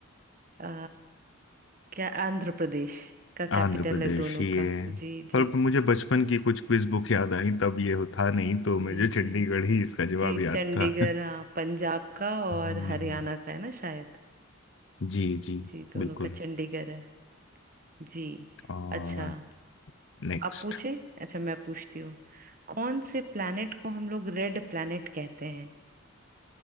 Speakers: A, on the right; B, on the left.
A: अ, क्या आंध्र प्रदेश का
B: आंध्र
A: कैपिटल
B: प्रदेश
A: है दोनों
B: ये
A: का
B: है
A: जी
B: पर
A: जी
B: मुझे बचपन की कुछ क्विज बुक याद आई तब ये था नहीं तो मुझे
A: जी
B: चंडीगढ़
A: जी
B: ही इसका जवाब
A: जी
B: याद
A: चंडीगढ़
B: था
A: हाँ पंजाब का और
B: हम्म
A: हरियाणा का है ना शायद
B: जी जी
A: जी दोनों
B: बिल्कुल
A: का चंडीगढ़ है जी
B: और
A: अच्छा
B: नेक्स्ट
A: आप पूछे अच्छा मैं पूछती हूँ कौन से प्लैनेट को हम लोग रेड प्लैनेट कहते हैं